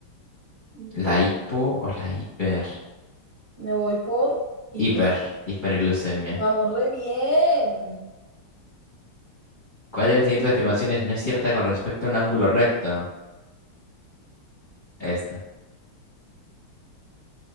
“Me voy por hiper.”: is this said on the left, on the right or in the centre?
Right